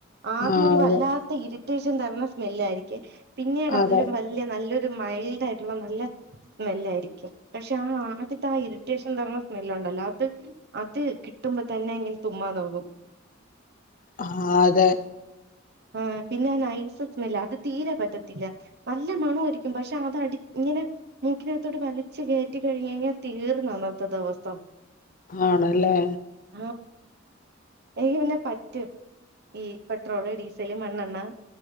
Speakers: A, on the right; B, on the left.
A: ആദ്യം
B: ആ
A: ഒരു വല്ലാത്ത
B: അതെ
A: ഇരു അത്യാവശ്യം തെരണ സ്മെല്ലാ യിരിക്കെ പിന്നീടതൊരു
B: അതെ
A: നല്ലൊരു മൈൽഡ് ആയിട്ടുള്ള നല്ല സ്മെല്ലായിരിക്കും പക്ഷെ ആ ആദ്യത്ത അ <unintelligible> അത്യാവശ്യം തരണ സ്മെല്ലു ണ്ടല്ലോ അത് അത് കിട്ടുമ്പോ തന്നെ ഇങ്ങനെ തുമ്മാ നോകും
B: ആ അതെ
A: ആ പിന്നാ നൈസ് സ്മെല്ല അത് തീരെ പറ്റത്തില്ല നല്ല മണമായിരിക്കും പക്ഷെ അതടി ഇങ്ങനെ മൂക്കിനകത്തോട്ട് വലിച്ച് കേറ്റികഴിഞ്ഞു കഴിഞ്ഞാ തീർന്നത്തെ ദിവസം
B: ആണല്ലേ
A: ആ എനിക്ക് പിന്നെ പറ്റും ഈ പെട്രോള് ഡീസല് മണ്ണെണ്ണ